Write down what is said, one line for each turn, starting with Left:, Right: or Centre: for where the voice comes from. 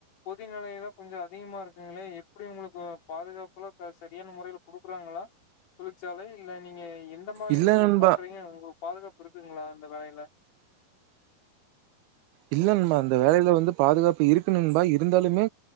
Left: கொதி நிலையெல்லா கொஞ்சோ அதிகமா இருக்குங்ளே எப்டி உங்களுக்கு பாதுகாப்பெல்லா சரியான முறைல குடுக்கறாங்ளா தொழிற்சாலை இல்ல நீங்க எந்த மாரி
Right: இல்ல
Left: நீங்க
Right: நண்பா
Left: பண்றீங்க உங்களுக்கு பாதுகாப்பு இருக்குங்ளா அந்த வேலைல
Right: இல்ல நண்பா அந்த வேலைல வந்து பாதுகாப்பு இருக்கு நண்பா இருந்தாலுமே